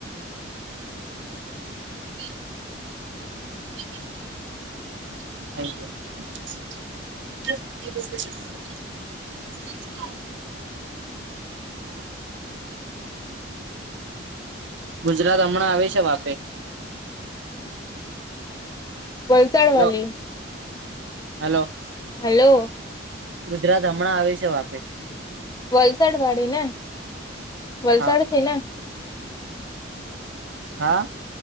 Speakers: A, on the right; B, on the left.
A: <inaudible> <inaudible> <inaudible> ગુજરાત હમણાં આવે છે વાફે
B: વલસાડ
A: હલો
B: વાલી
A: હલો
B: હલો
A: ગુજરાત હમણાં આવે છે વાપી
B: વલસાડ વાડીને વલસાડથી
A: હા
B: ને?
A: હા